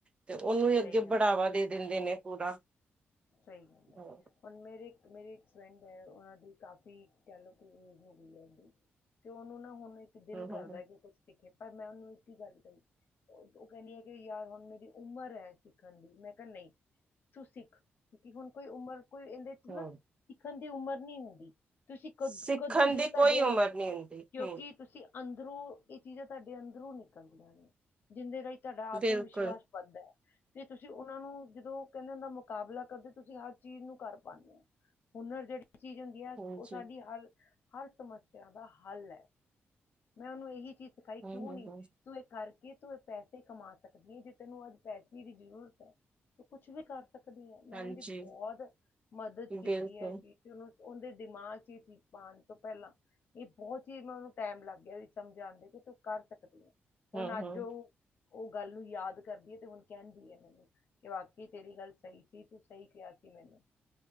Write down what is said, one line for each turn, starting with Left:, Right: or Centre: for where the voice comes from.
Right: ਤੇ ਉਹਨੂੰ ਹੀ ਅੱਗੇ
Left: ਸਹੀ ਗੱਲ
Right: ਬੜਾਵਾ
Left: ਹੈ
Right: ਦੇ ਦਿੰਦੇ ਨੇ ਪੂਰਾ।
Left: ਸਹੀ ਗੱਲ ਐ,
Right: ਹਾਂ,
Left: ਹੁਣ ਮੇਰੇ ਇੱਕ ਮੇਰੀ ਇੱਕ ਫਰੈਂਡ ਐ ਉਹਨਾਂ ਦੀ ਕਾਫ਼ੀ ਕਹਿ ਲਓ ਕਿ ਏਜ ਹੋ ਗਈ ਹੈ ਇਹਦੀ ਤੇ ਉਹਨੂੰ ਨਾ ਹੁਣ ਤੇ ਦਿਲ
Right: ਹਮ ਹਮ
Left: ਕਰਦਾ
Right: ਹਮ
Left: ਕਿ ਉਹ ਕੁਛ ਸਿੱਖੇ। ਪਰ ਮੈਂ ਉਹਨੂੰ ਇੱਕ ਹੀ ਗੱਲ ਕਹੀ ਉਹ ਕਹਿੰਦੀ ਐ ਕਿ ਯਾਰ ਹੁਣ ਮੇਰੀ ਉਮਰ ਐ ਸਿੱਖਣ ਦੀ। ਮੈਂ ਕਿਹਾ ਨਹੀਂ ਤੂੰ ਸਿੱਖ, ਕਿਉਕਿ ਹੁਣ ਕੋਈ ਉਮਰ ਕੋਈ ਇਹਦੇ ਚ ਨਾਂ
Right: ਹਮ।
Left: ਸਿੱਖਣ ਦੀ ਉਮਰ ਨਈਂ ਹੁੰਦੀ। ਤੁਸੀਂ ਕਦ
Right: ਸਿੱਖਣ
Left: ਕਦੋਂ ਜੋ
Right: ਦੀ
Left: ਤੁਹਾਡੇ
Right: ਕੋਈ ਉਮਰ
Left: ਅੰਦਰ
Right: ਨਹੀਂ ਹੁੰਦੀ
Left: ਕਿਉਂਕਿ
Right: ਹਮ
Left: ਤੁਸੀਂ ਅੰਦਰੋਂ ਇਹ ਚੀਜ਼ਾਂ ਤੁਹਾਡੇ ਅੰਦਰੋਂ ਨਿਕਲਦੀਆਂ ਨੇਂ। ਜਿੰਦੇ ਰਾਹੀਂ ਤੁਹਾਡਾ ਆਤਮ
Right: ਬਿਲਕੁਲ
Left: ਵਿਸ਼ਵਾਸ ਵਧਦੈ, ਤੇ ਤੁਸੀਂ ਉਹਨਾਂ ਨੂੰ ਜਦੋਂ ਕਹਿੰਦੇ ਓਨਾ ਮੁਕਾਬਲਾ ਕਦੇ ਤੁਸੀਂ ਹਰ ਚੀਜ਼ ਨੂੰ ਕਰ ਪਾਉਂਦੇ ਹੋ। ਹੁਨਰ ਜਿਹੜੀ ਚੀਜ਼ ਹੁੰਦੀ ਐ
Right: ਹਾਂਜੀ
Left: ਉਹ ਸਾਡੀ ਹਰ ਕ ਹਰ ਸਮੱਸਿਆ ਦਾ ਹੱਲ ਐ, ਮੈਂ ਉਹਨੂੰ ਇਹੀ ਚੀਜ਼ ਸਿਖਾਈ
Right: ਹਮ
Left: ਕਿਉਂ
Right: ਹਮ
Left: ਨਈ,
Right: ਹਮ
Left: ਤੂੰ ਇਹ ਕਰ। ਕਿ ਤੂੰ ਇਹ ਪੈਸੇ ਕਮਾ ਸਕਦੀ ਐ ਜੇ ਤੈਨੂੰ ਅੱਜ ਪੈਸੇ ਦੀ ਜ਼ਰੂਰਤ ਹੈ, ਤੂੰ ਕੁੱਛ ਵੀ ਕਰ ਸਕਦੀ ਐਂ, ਮੈਂ
Right: ਹਾਂਜੀ
Left: ਉਹਦੀ ਬਹੁਤ ਮਦਦ ਕੀਤੀ
Right: ਬਿਲਕੁਲ
Left: ਹੈ ਕਿ ਚਲੋ ਉਹਦੇ ਦਿਮਾਗ ਚ ਇਹ ਚੀਜ਼ ਪਾਉਣ ਤੋਂ ਪਹਿਲਾਂ, ਇਹ ਬਹੁਤ ਚੀਜ਼ ਮ ਉਹਨੂੰ ਟਾਈਮ ਲੱਗ ਅੱਗੇ ਵੀ ਸਮਝਾਂਦੇ ਕਿ ਤੂੰ ਕਰ ਸਕਦੀ ਆ। ਹੁਣ
Right: ਹਮ
Left: ਅੱਜ
Right: ਹਮ
Left: ਉਹ ਉਹ ਗੱਲ ਨੂੰ ਯਾਦ ਕਰਦੀ ਐ ਤੇ ਹੁਣ ਕਹਿੰਦੀ ਹੈ ਮੈਨੂੰ ਕਿ ਵਾਕਈ ਤੇਰੀ ਗੱਲ ਸਹੀ ਸੀ ਤੂੰ ਸਹੀ ਕਿਹਾ ਸੀ। ਮੈਨੂੰ